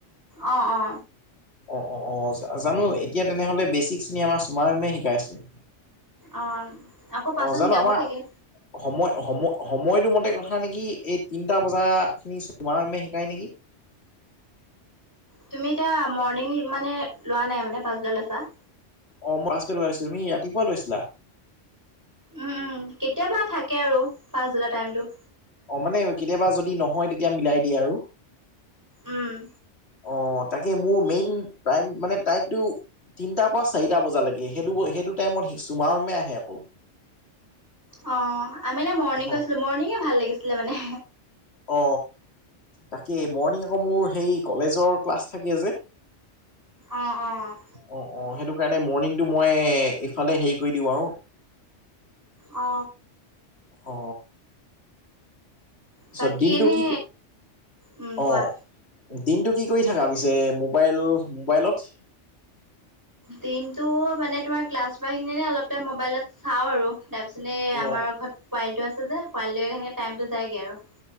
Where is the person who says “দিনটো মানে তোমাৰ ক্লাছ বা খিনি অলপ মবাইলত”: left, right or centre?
Right